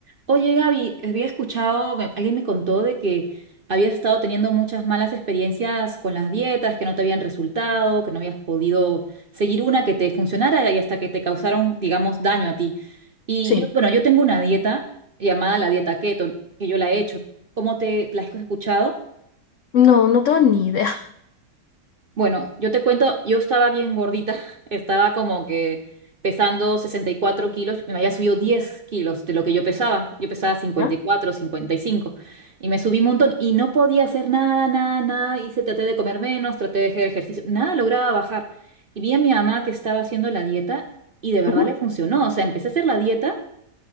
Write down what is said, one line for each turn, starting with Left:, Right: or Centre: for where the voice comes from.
Right: Oye, Gaby, había escuchado, me- alguien me contó de que habías estado teniendo muchas malas experiencias con las dietas, que no te habían resultado, que no habías podido seguir una que te funcionara y hasta que te causaron, digamos, daño a ti. Y
Left: Sí,
Right: yo, bueno, yo tengo una dieta llamada la dieta keto, que yo la he hecho. ¿Cómo te la has escuchado?
Left: no, no tengo ni idea.
Right: Bueno, yo te cuento, yo estaba bien gordita, <laughs> estaba como que pesando 64 kilos, me había subido 10 kilos de lo que yo pesaba, yo pesaba 54,
Left: ¿Ya?
Right: 55, y cinco, y me subí un montón y no podía hacer nada, nada, nada, hice, traté de comer menos, traté de hacer ejercicio, nada lograba bajar. Y vi a mi mamá que estaba haciendo la dieta y de verdad
Left: Ujú.
Right: le funcionó, o sea, empecé a hacer la dieta